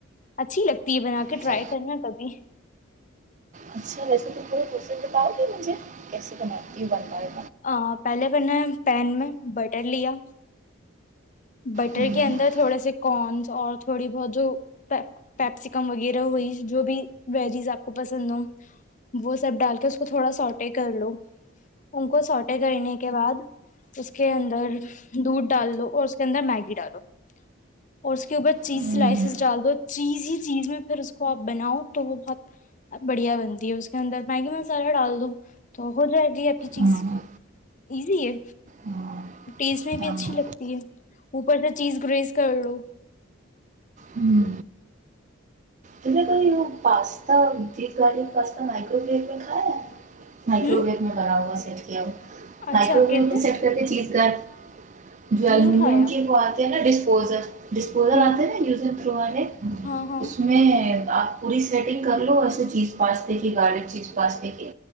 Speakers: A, on the left; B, on the right.
A: اچھی لگتی یہ بنا کے
B: اچھا
A: ٹرائی کبھی
B: اچھا ویسے تم پے پروسس بتاؤ گی مجھے کیسے بنا کیو بن رہا ہے
A: آ پہلے میں نے پین میں بٹر لیا بٹر
B: ہوں
A: کے اندر تھوڑے سے کورنس اور تھوڑی بہت جو پیپسیکم وغیرہ ہوئی جو بھی ویجیز آپ کو پسند ہو وہ سب ڈال کے اس کو تھوڑا سوٹے کر لو ان کو سوٹے کرنے کے بعد اس کے اندر دودھ ڈال لو اور اس پھر نا میگی ڈالو اور اس کے اوپر چیز
B: ہوں
A: سلائسیز ڈال دو چیز ہی چیز میں پھر اس کو آپ بناؤ تو وہ بہت بڑھیا بنتی ہے اس کے اندر میگی مسالہ ڈال دو تو ہو جائے گی آپ کی چیز
B: ہاں
A: ایزی ہے
B: ہاں
A: ٹیسٹ میں بھی اچھی
B: ہاں
A: لگتی ہے اوپر سے چیز گریز کر لو
B: ہوں تم نے کوئی pasta beef garlic pasta microwave میں کھایا ہے مائکرو
A: ہوں
B: ویو میں بناؤ چ کی مائکرو
A: اچھا کیسے
B: ویو میں سیٹ کرکے چیز کر جو
A: نہیں
B: الومینم
A: کھایا
B: کی وہ آتے ہیں نا ڈش پوزک ڈسپوزل
A: ہوں
B: آتے نا یوزنگ تھرو والے
A: ہاں ہاں
B: اس میں آپ پوری سیٹنگ کر لو ایسے چیز پاستے کی گارڈڈ چیز پاستے کی